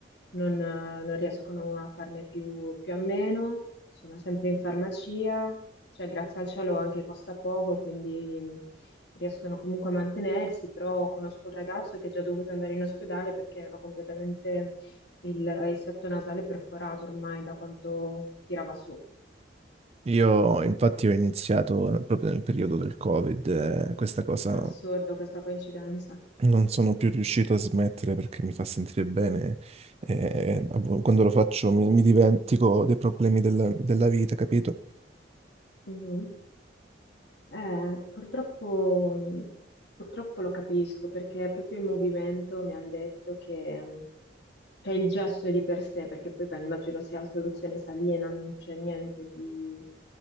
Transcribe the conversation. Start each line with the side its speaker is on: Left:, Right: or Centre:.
Left: Non, eh, non riescono a farne più, più a meno, sono sempre in farmacia, cioè grazie al cielo anche costa poco, quindi mh, riescono comunque a mantenersi, però conosco un ragazzo che è già dovuto andare in ospedale perché aveva completamente il, il setto nasale perforato ormai da quanto tirava su.
Right: Io infatti ho iniziato proprio nel periodo del Covid, eh, questa cosa
Left: Assurdo questa coincidenza.
Right: non sono più riuscito a smettere perché mi fa sentire bene. eh, a vo- quando lo faccio mi, mi dimentico dei problemi della, della vita, capito?
Left: Mhm. Eh, purtroppo, mh, purtroppo lo capisco perché proprio in movimento mi hanno detto che mh, c'è il gesto di per sé, perché poi beh, immagino sia la soluzione salina, non c'è niente di